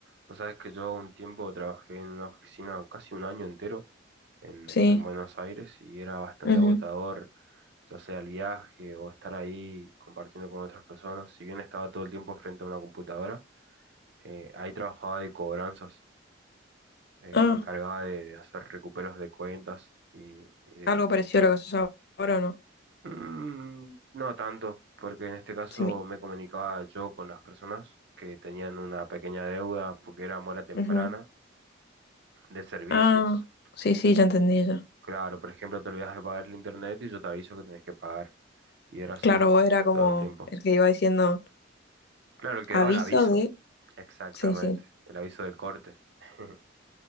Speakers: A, on the right; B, on the left.
A: Vos sabés que yo un tiempo trabajé en una oficina casi un año entero en,
B: Sí.
A: en Buenos Aires y era bastante
B: Ujú.
A: agotador, ya sea el viaje o estar ahí compartiendo con otras personas. Si bien estaba todo el tiempo frente a una computadora, eh, ahí trabajaba de cobranzas, eh,
B: Ah,
A: me encargaba de, de hacer recuperos de cuentas y, y de...
B: algo parecido a lo que se ahora, ¿o no?
A: Mm, no tanto, porque en este caso
B: Sí, mi-
A: me comunicaba yo con las personas que tenían una pequeña deuda porque era mora temprana
B: ujú.
A: de servicios.
B: Ah, sí, sí, ya entendí ya.
A: Claro, por ejemplo, te olvidas de pagar el internet y yo te aviso que tenés que pagar. Y era así
B: Claro, vos era como
A: todo el tiempo.
B: el que iba diciendo
A: Claro, el que
B: aviso
A: daba el aviso,
B: de...
A: exactamente,
B: Sí, sí,
A: el aviso del corte. <laughs>